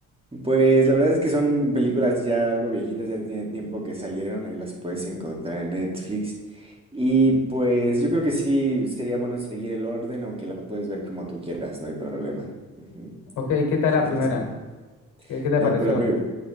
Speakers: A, on the right; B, on the left.
A: Pues la verdad es que son películas ya algo viejitas, ya tiene tiempo que salieron, ahí las puedes encontrar en Netflix. Y pues yo creo que sí sería bueno seguir el orden, aunque la puedes ver como tú quieras, no hay problema. Ujú.
B: Ok, ¿qué tal
A: Sí,
B: la primera?
A: sí, sí.
B: ¿Qué, qué te
A: No,
B: pareció?
A: pues la primera.